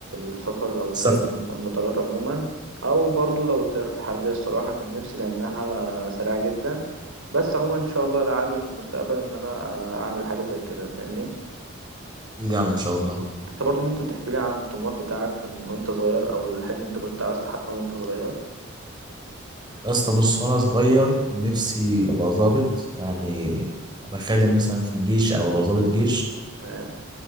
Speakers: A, on the right; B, on the right.
A: السفر أو الطيارات
B: السفر
A: المطارات عموما أو برضو لو الطيارات الحربية الصراحة كان نفسي لأنها سريعة جدا بس عموما إن شاء الله لعل في المستقبل إن أنا آه، أعمل حاجة زي كده فاهمني
B: اكيد يعني ان شاء الله
A: أنت برضو ممكن تحكي لي عن الطموح بتاعك إن- وأنت صغير أو الحلم اللي أنت كنت عايز تحققه وأنت صغير
B: يا اسطى بص وانا صغير كان نفسي ابقى ظابط يعني ابقى خادم مثلا في الجيش او ابقى ظابط جيش
A: تمام